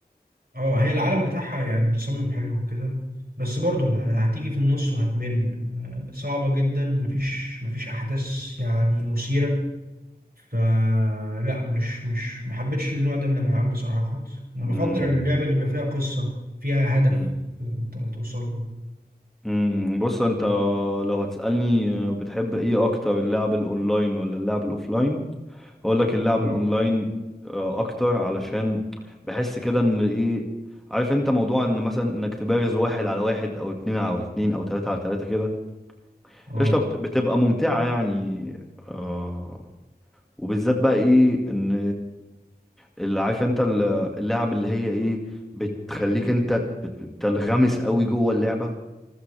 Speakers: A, on the right (about 65°); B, in the centre.
A: اه هي العالم بتاعها يعني متصمم حلو وكده بس برضه هتيجي في النص وهتمل صعبة جدا مفيش مفيش احداث يعني مثيرة فلا مش مش محبتش النوع ده من الالعاب بصراحة خالص انا
B: مم.
A: بفضل اللعبة اللي بيبقى فيها قصة فيها هدف
B: مم.
A: انت توصل له
B: مم. بص انت لو هتسألني آه، بتحب ايه اكتر اللعب الاونلاين ولا اللعب الاوفلاين هقول لك اللعب
A: اه
B: الاونلاين آه، اكتر علشان بحس كده ان ايه عارف انت موضوع ان مثلا انك تبارز واحد على واحد او اتنين على اتنين او تلاتة على تلاتة كده
A: اه
B: قشطة بت- بتبقى ممتعة يعني آه وبالذات بقى ايه ان اللي عارف انت ال- اللعب اللي هي ايه بتخليك انت بت- بتنغمس قوي جوه اللعبه